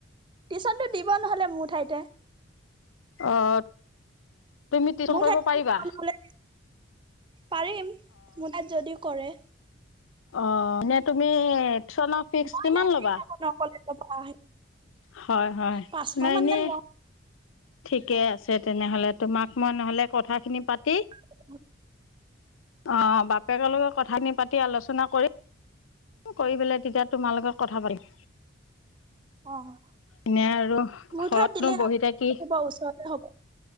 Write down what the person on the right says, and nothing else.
টিউচনটো দিব নহ'লে, মোৰ ঠাইতে।
মোৰ
ঠাইত
পাৰিম মোৰ ঠাইত যদি কৰে।
মই
এনে ফ্ৰী
থাকো <unintelligible>
পাঁচশ
মানকে
লওঁ
<inaudible>
অ',
মোৰ
ঠাইত দিলে
হ'ব ওচৰতে হ'ব